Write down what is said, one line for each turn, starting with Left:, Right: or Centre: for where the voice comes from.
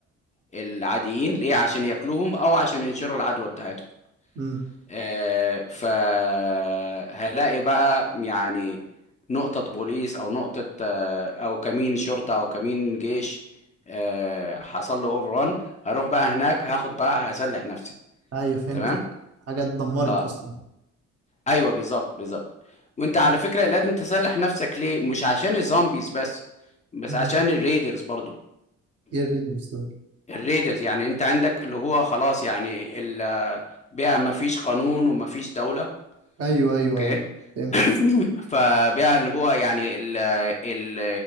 Left: العاديين ليه عشان ياكلوهم او عشان ينشروا العدوى بتاعتهم
Right: مم.
Left: آه فهلاقي بقى يعني نقطة بوليس او نقطة آه او كمين شرطة او كمين جيش آه حصل له اوفر ران، هروح بقى هناك هاخد بقى هسلح نفسي
Right: أيوه فهمتك
Left: تمام
Right: حاجات اتدمرت
Left: اه
Right: أصلا
Left: ايوه بالظبط بالظبط وانت على فكره لازم تسلح نفسك ليه مش عشان الزومبيز بس بس
Right: مم.
Left: عشان الريدرز برضو
Right: ايه الريد بس؟
Left: الريدرز يعني انت عندك اللي هو خلاص يعني ال- بقى ما فيش قانون وما فيش دوله
Right: ايوه ايوه
Left: اوكي
Right: ايوه فهمت
Left: <clears throat> فبقى اللي هو يعني ال ال